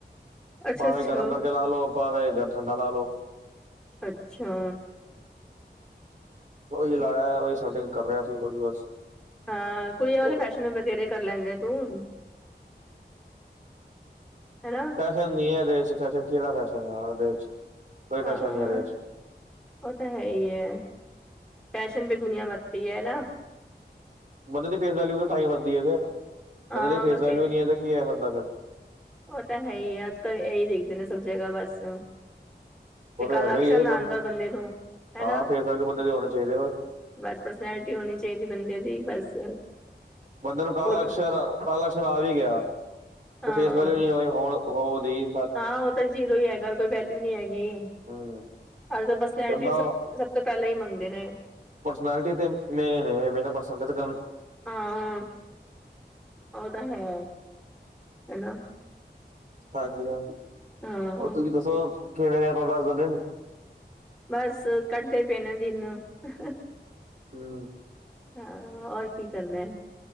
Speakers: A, in the centre; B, on the right.
A: ਅੱਛਾ
B: ਭਾਵੇਂ
A: ਅੱਛਾ
B: ਗਰਮ ਕਰਕੇ ਲਾ ਲੋ ਭਾਵੇਂ ਠੰਡਾ ਲਾ ਲ ਲੋ
A: ਅੱਛਾ
B: ਉਹੀ ਤੇ ਲਾਇਆ ਉਹੀ ਸੈਟਿੰਗ ਕਰ ਰਿਹਾ ਅ ਸੀ ਥੋੜੀ ਬਸ
A: ਹਾ ਕੁੜੀਆ ਵਾਲੇ
B: ਹੋਰ
A: ਫੈਸ਼ਨ। ਤੇ ਬਥੇਰੇ ਕਰ ਲੈਂਦਾ ਤੂੰ ਬ ਤੇਰੇ ਕਰ ਲੈਦੇ ਤੂੰ ਹਲੋ
B: ਫੈਸ਼ਨ ਨੀ ਆ ਏਦੇ ਚ ਕੇੜਾ ਫੈਸ਼ਨ ੲ ਏਦੇ ਚ ਕੋਈ
A: ਹਾਂ
B: ਫੈਸ਼ਨ ਨੀ ਐਦੇ ਚ
A: ਉਹ ਤਾਂ ਹੈ ਈ ਐ ਪੈਸ਼ਨ ਵੀ ਦੁਨੀਆ ਵਕਤੀ ਹੈ ਨਾ।
B: ਬੰਦੇ ਦੀ ਫੇਸ ਵੈਲਿਊ ਤਾਂ ਹੀ ਵਧਦੀ ਫਿਰ
A: ਹਾਂ
B: ਬੰਦੇ ਦੀ
A: ਬਸ
B: ਫੇਸ ਵੈਲਿਊ
A: ਇਹ
B: ਨੀ ਹੈ ਤੇ ਕੀ ਹੈ ਕਰਦਾ ਫਿਰ।
A: ਉਹ ਤਾਂ ਹੈ ਹੀ ਹੈ ਅਜ ਕੱਲ ਇਹੀ ਦੇਖਦੇ ਨੇ ਸਭ
B: ਉਹ
A: ਜਗ੍ਹਾ ਬਸ। ਤੇ ਕਾਲਾਅਕਸ਼ਰ
B: ਹੈਗਾ ਹੀ ਇਹ
A: ਨ ਆਂਦਾ
B: ਬੰਦਾ
A: ਬੰਦੇ ਨੂੰ ਹੈਨਾ
B: ਹਾਂ ਫੇਸ ਵੈਲੂ ਬੰਦੇ ਦੇ ਹੋਣੇ ਚਾਹੀਦੇ ਬਸ
A: ਬਸ ਪਰਸਨੈਲਿਟੀ ਹੋਣੀ ਚਾਈਦੀ ਬੰਦੇ ਦੀ ਬਸ
B: ਬੰਦੇ ਨੂੰ ਕਾਲਾਅਸ਼ਰ
A: ਫੋਟੋ
B: ਕਾਲਾਅਕਸ਼ਰ ਆਵੀ ਗਿਆ
A: ਹਾਂ
B: ਤੇ ਫੇਸ ਵੈਲਿਊ ਨੀ ਹੋਵੇ ਹੋਣ ਹੋਦੀ
A: ਹਾਂ ਉਹ ਤਾਂ ਜੀਰੋ ਹੀ ਹੈਗਾ ਕੋਈ ਵੈਲਿਊ ਨਹੀਂ ਹੈਗੀ
B: ਹੂੰ
A: ਅੱਜ ਤਾਂ ਪਰਸਨੈਲਿਟੀ
B: ਬੰਦਾ
A: ਸਭ ਤੋਂ ਪੈਲਾਂ ਹੀ ਮੰਗਦੇ ਨੇ
B: ਪਰਸਨੈਲਿਟੀ ਤੇ ਮੇਨ ਏ ਬਿਨਾਂ ਪਰਸਨੈਲਿਟੀ ਤੇ ਗਲ।
A: ਹਾਂ ਉਹ ਤਾਂ ਹੈ ਹਨਾ
B: ਹਾਂਜੀ ਹਾਂਜੀ
A: ਹਾਂ
B: ਹੋਰ ਤੁਸੀਂ ਦੱਸੋ ਕਿਵੇਂ ਰਿਹਾ ਤੁਹਾਡਾ ਅੱਜ ਦਾ ਦਿਨ
A: ਬਸ ਕੱਢਦੇ ਪਏ ਨੇ ਦਿਨ ਅਹ।
B: ਹਮ
A: ਹਾਂ ਔਰ ਕੀ ਕਰਨਾ